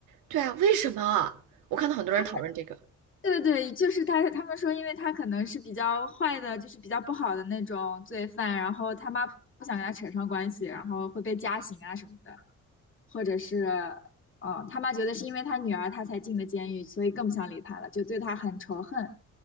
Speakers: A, on the right; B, on the left.
A: 对啊，为什么？我看到很多人讨论这个。
B: 他们对对对，就是他他们说，因为他可能是比较坏的，就是比较不好的那种罪犯，然后他妈不想跟他扯上关系，然后会被加刑啊什么的。或者是，嗯，他妈觉得是因为他女儿他才进的监狱，所以更不想理他了，就对他很仇恨。